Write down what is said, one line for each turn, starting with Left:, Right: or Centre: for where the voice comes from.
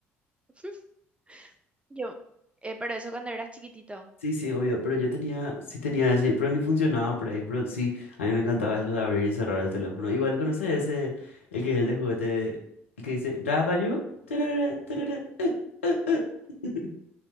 Right: <laughs> Yo, eh, pero eso cuando eras chiquitito.
Left: Sí, sí, obvio, pero yo tenía, sí tenía ese, pero ni funcionaba por ahí, pero sí, a mí me encantaba eso de abrir y cerrar el teléfono. Igual conoces ese, el que es el de juguete, el que dice, ¿Da value? Tarara, tarara,
Right: Sí.
Left: eh, eh, eh". <laughs>